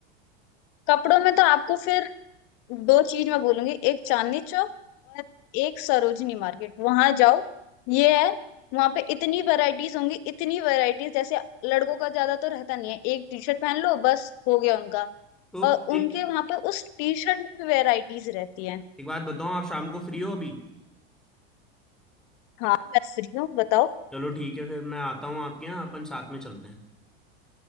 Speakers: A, on the left; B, in the centre.
A: कपड़ों में तो आपको फिर दो चीज मैं बोलूंगी एक चांदनी चौक और एक सरोजनी मार्केट वहां जाओ ये है वहां पे इतनी वैरायटीज होंगी इतनी वैरायटीज जैसे लड़कों का ज्यादा तो रहता नहीं है एक टी शर्ट पहन लो बस हो गया उनका
B: तो
A: और
B: एक
A: उनके वहां पे उस टी शर्ट में भी वैरायटीज रहती हैं
B: एक बात बताओ आप शाम को फ्री हो अभी
A: हाँ मैं फ्री हूँ बताओ
B: चलो ठीक है फिर मैं आता हूँ आपके यहाँ अपन साथ में चलते हैं